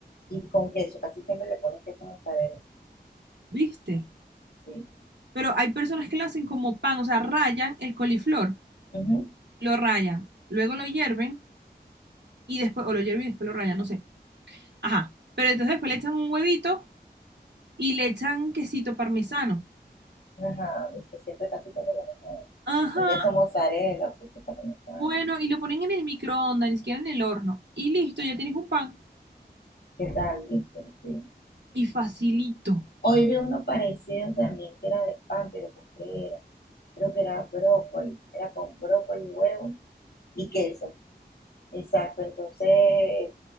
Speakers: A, on the left; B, on the right.
A: Y con queso, casi siempre le pones queso mozzarella.
B: ¿viste?
A: Sí.
B: Pero hay personas que lo hacen como pan, o sea, rayan el coliflor,
A: Ujú.
B: lo rayan, luego lo hierven y después, o lo hierven y después lo rayan, no sé. Ajá, pero entonces después le echan un huevito y le echan quesito parmesano.
A: Ajá, viste, siempre casi siempre lo
B: Ajá,
A: pones queso mozzarella, queso parmesano.
B: bueno, y lo ponen en el microondas, ni siquiera en el horno. Y listo, ya tienes un pan.
A: ¿Qué tal? ¿Viste? Sí.
B: Y facilito.
A: Hoy vi uno parecido también que era de pan, pero ¿con qué era? Creo que era brócoli, era con brócoli, huevo y queso. Exacto, entonces